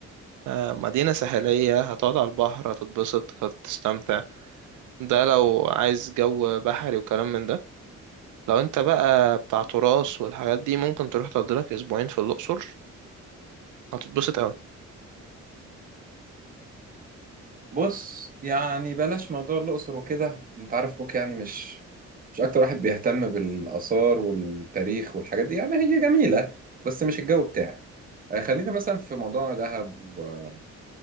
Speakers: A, on the right; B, on the right.
A: آه، مدينة ساحلية هتقعد على البحر هتتبسط هتستمتع ده لو عايز جو بحري وكلام من ده لو انت بقى بتاع تراث والحاجات دي ممكن تروح تقضي لك اسبوعين في الاقصر هتتبسط قوي
B: بص يعني بلاش موضوع الأقصر وكده انت عارف اخوك يعني مش مش اكتر واحد بيهتم بالآثار والتاريخ والحاجات دي يعني هي جميلة بس مش الجو بتاعي آه، خلينا مثلا في موضوع دهب و-